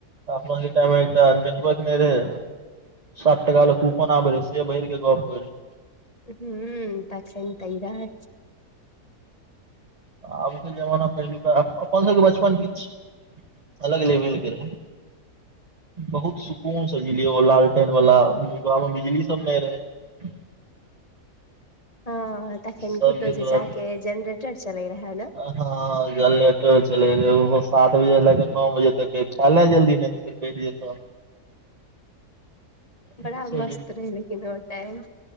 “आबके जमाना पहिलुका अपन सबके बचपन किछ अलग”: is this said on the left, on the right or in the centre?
Right